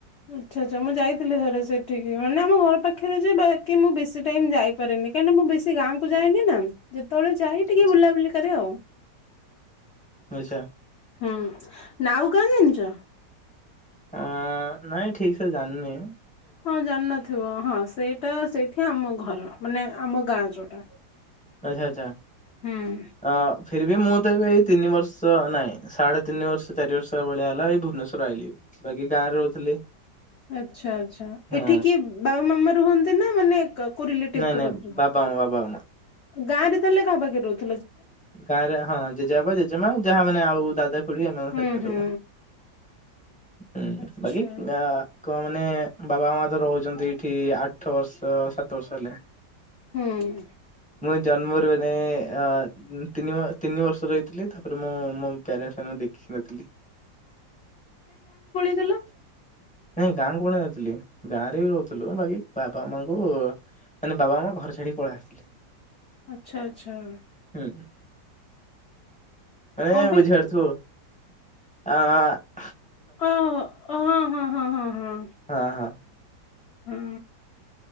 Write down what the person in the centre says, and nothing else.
ଆଚ୍ଛା
ଆଛା
ଆଁ ନାଇଁ ଠିକ୍ ସେ ଜାନିନି
ଆଚ୍ଛା ଆଚ୍ଛା
ଆ ଫେର୍ ବି ମୁ ତ ଏବେ ଏଇ ତିନି ବର୍ଷ ନାଇଁ ସାଢେ ତିନି ବର୍ଷ ଚାରି ବର୍ଷ ଭଳିଆ ହେଲା ଏଇ ଭୁବନେଶର ଆଇଲି ବାକି ଗାଁରେ ରହୁଥିଲି।
ହଁ
ନାଇଁ ନାଇଁ
ବାପା ମା ବାପା ମା।
ଗାଁ ରେ ହଁ ଜେଜେବାପା ଜେଜେମା ଯାହା ମାନେ ଆଉ ଦାଦା ଖୁଡି ଏମାନେ
ଏତେ
ସବୁ ହୁଁ
ବାକି ଅ କଣ ମାନେ ବାବା ମା ତ ରହୁଛନ୍ତି ଏଠି ଆଠ ବର୍ଷ ର ସାତ ବର୍ଷ ହେଲା
ମୁଁ ଜନ୍ମୁରୁ ବନେ ଅଁ ଉଁ ତିନି ମା ତିନି ବର୍ଷ ରହିଥିଲି ତାପରେ ମୁଁ ମୋ କ୍ୟାର ଫେନା ଦେଖି ନଥିଲି
ନାଇଁ ଗାଁ କଣ ନଥିଲି ଗାଁ ରେ ବି ରହୁଥିଲୁ ବାକି ବାବା ମାଙ୍କୁ ମାନେ ବାବା ମା ଘର ଛାଡିକି ପଳେଇ ଆସିଲେ।
<inaudible> ଏଇୟା
ବୁଝିପାରୁଥିବୁ ଅ ଅ
ଅ ହଁ